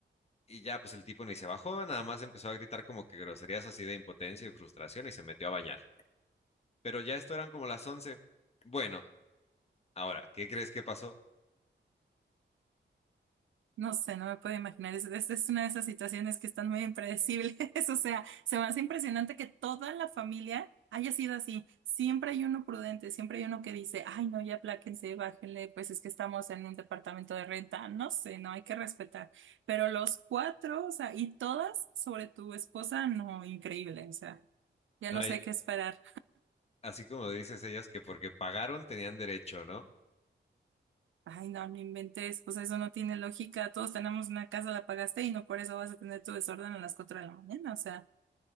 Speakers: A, on the left; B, on the right.
A: y ya pues el tipo ni se bajó, nada más empezó a gritar como que groserías así de impotencia y frustración y se metió a bañar. Pero ya esto eran como las once Bueno, ahora, ¿qué crees que pasó?
B: No sé, no me puedo imaginar. Es, es, es una de esas situaciones que están muy impredecibles. <laughs> O sea, se me hace impresionante que toda la familia haya sido así. Siempre hay uno prudente, siempre hay uno que dice, ay, no, ya apláquense, bájenle, pues es que estamos en un departamento de renta. No sé, no hay que respetar. Pero los cuatro, o sea, y todas sobre tu esposa, no, increíble. O sea, ya
A: No,
B: no
A: eh,
B: sé qué esperar.
A: así como dices ellas que porque pagaron tenían derecho, ¿no?
B: Ay, no, no inventes. Pues eso no tiene lógica. Todos tenemos una casa, la pagaste y no por eso vas a tener tu desorden a las cuatro de la mañana. O sea.